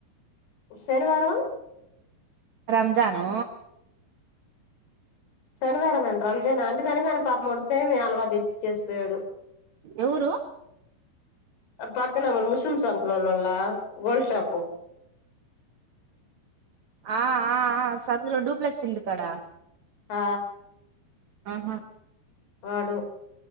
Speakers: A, on the left (about 60°); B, on the right (about 65°).
A: శనివారం
B: రంజాను
A: శనివారం ఆ రంజాన్ అందుకని ఆయన పాపం వాడు సేమ్యా హల్వా తెచ్చి ఇచ్చిచేసిపోయాడు
B: ఎవరు
A: ఆ పక్కన మన ముస్లిమ్స్ వా ల్లో లోళ్ళ గోల్డ్ షాపు
B: ఆ ఆ సందులో డూప్లెక్స్ ఇల్లు కాడ
A: ఆ
B: ఆహా
A: వాడు